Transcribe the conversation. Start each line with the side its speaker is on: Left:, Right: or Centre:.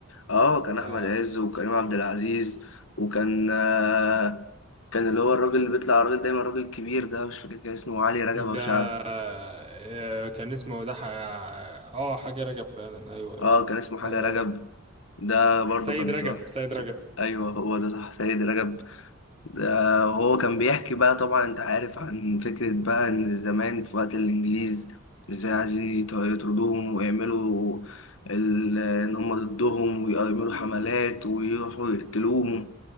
Left: اه كان احمد
Right: آه
Left: عز وكريم عبد العزيز وكان آه، كان اللي هو الراجل اللي بيطلع على الراجل دايما الراجل الكبير ده مش فاكر كان اسمه علي رجب
Right: ده
Left: او شعب
Right: آه كان اسمه ده ح... اه حاجه رجب فعلا ايوه ايوه
Left: اه كان اسمه حاجه
Right: آه
Left: رجب ده برضو
Right: سيد
Left: كان
Right: رجب
Left: ده.
Right: سيد
Left: ايوه هو ده صح سيد رجب ده وهو
Right: رجب
Left: كان بيحكي بقى طبعا انت عارف عن فكره بقى ان زمان في وقت الانجليز ازاي عايزين يط- يطردوهم ويعملوا ال- ان هم ضدهم ويعملوا حملات ويروحوا يقتلوهم